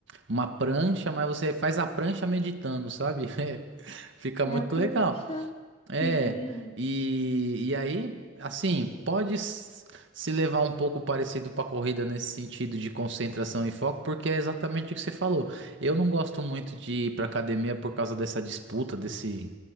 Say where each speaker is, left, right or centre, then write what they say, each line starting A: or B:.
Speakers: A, on the right; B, on the left.
A: uma prancha, mas você faz a prancha meditando, sabe? <laughs> Fica
B: É
A: muito
B: a prancha?
A: legal. É,
B: Sim,
A: e, e aí, assim, pode s- se levar um pouco parecido para corrida nesse sentido de concentração e foco, porque é exatamente o que você falou. Eu não gosto muito de ir para academia por causa dessa disputa, desse